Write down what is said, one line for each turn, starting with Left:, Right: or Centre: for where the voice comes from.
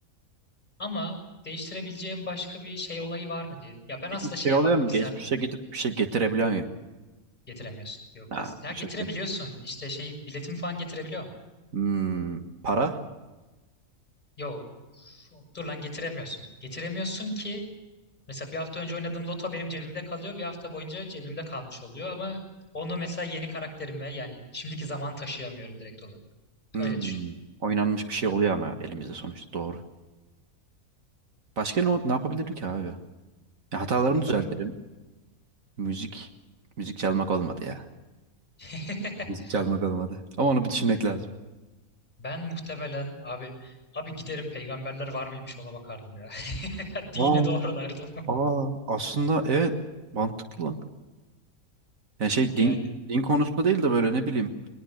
Left: Ama değiştirebileceğim başka bir şey olayı var mı diye. Ya ben
Right: Peki
Left: aslında
Right: şey
Left: şeye
Right: oluyor
Left: bakmak
Right: mu? Geçmişe
Left: isterdim.
Right: gidip bir şey getirebiliyor muyum?
Left: Getiremiyorsun. Yok
Right: Ha,
Left: ya. Ya
Right: bu
Left: getirebiliyorsun.
Right: çok kötü.
Left: İşte şey biletimi falan getirebiliyorum.
Right: Hmm. Para?
Left: Yo. Dur lan getiremiyorsun. Getiremiyorsun ki mesela bir hafta önce oynadığım loto benim cebimde kalıyor. Bir hafta boyunca cebimde kalmış oluyor ama onu mesela yeni karakterime yani şimdiki zaman taşıyamıyorum direkt olarak.
Right: Hmm.
Left: Öyle düşün.
Right: Oynanmış bir şey oluyor ama elimizde sonuçta doğru. Başka ne, ne yapabilirdik ki abi? Ya hatalarımı
Left: Ya
Right: düzeltirim.
Left: ben
Right: Müzik müzik çalmak olmadı ya.
Left: <laughs>
Right: Müzik çalmak olmadı. Ama onu bir düşünmek lazım.
Left: ben muhtemelen abi abi giderim peygamberler var mıymış ona bakardım ya. <laughs> Dini
Right: Aa,
Left: doğrulardım.
Right: aa, aslında evet mantıklı lan. Yani şey
Left: Yani
Right: din din konusunda değil de böyle ne bileyim